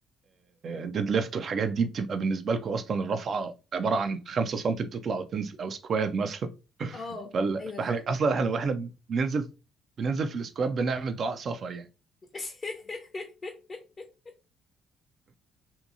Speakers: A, on the right; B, on the left.
A: ديد ليفت والحاجات دي بتبقى بالنسبه لكم اصلا الرفعه عباره عن 5 سم بتطلع وتنزل او سكواد مثلا
B: اه
A: <laughs> فال-
B: ايوه
A: فاحنا
B: فعلا
A: اصلا احنا واحنا بننزل بننزل في السكواد بنعمل دعاء سفر يعني
B: <laughs>